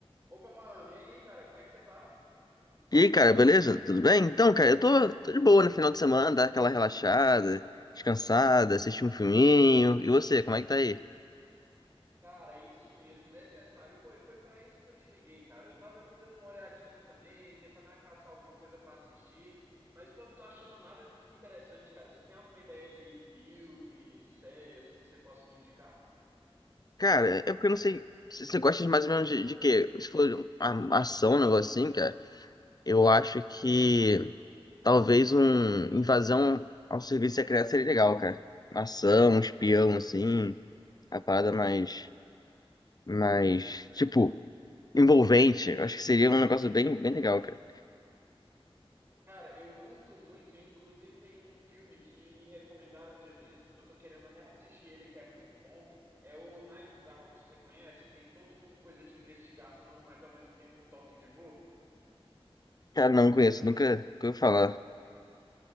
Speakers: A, on the right (about 20°); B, on the left (about 40°).
A: Opa, mano, e aí, cara, como é que você tá?
B: E aí, cara, beleza? Tudo bem? Então, cara, eu tô, tô de boa no final de semana, dar aquela relaxada, descansada, assistir um filminho. E você, como é que tá aí?
A: Cara, é isso mesmo, necessário. Pô, e foi pra isso que eu te liguei, cara. Eu tava aqui dando uma olhadinha também, tentando caçar alguma coisa pra assistir, mas pô, não tô achando nada de muito interessante, cara. Você tem alguma ideia de filme, série, assim, que você possa me indicar?
B: Cara, é porque eu não sei se você gosta de mais ou menos de, de quê? Se for uma ação, um negócio assim, cara, eu acho que talvez um invasão ao serviço secreto seria legal, cara. Uma Ação, um espião, assim, a parada mais, mais, tipo, envolvente. Eu acho que seria um negócio bem, bem legal, cara.
A: Cara, eu curto muito, e inclusive tem um filme que me recomendaram um dia desses, que eu tô querendo reassistir ele, que é muito bom. É o Knives Out, você conhece? Que tem toda uma coisa de investigação, mas ao mesmo tempo um toque de humor.
B: Cara, não conheço, nunca nunca ouvi falar.